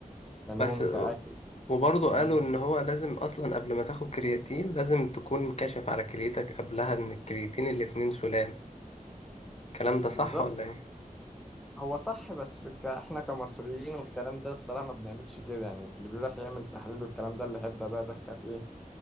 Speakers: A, in the centre; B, on the left.
A: نوم
B: بس آه،
A: كاكل
B: وبرضو
A: الكلام
B: قالوا
A: ده
B: ان هو لازم اصلا قبل ما تاخد كرياتين لازم تكون كاشف على كليتك قبلها ان الكرياتين الاتنين سلام الكلام ده
A: بالظبط
B: صح ولا ايه؟
A: هو صح بس ك- احنا كمصريين والكلام ده الصراحه ما بنعملش كده يعني اللي بيروح يعمل تحاليل والكلام ده اللي هيبدا بقى يدخل ايه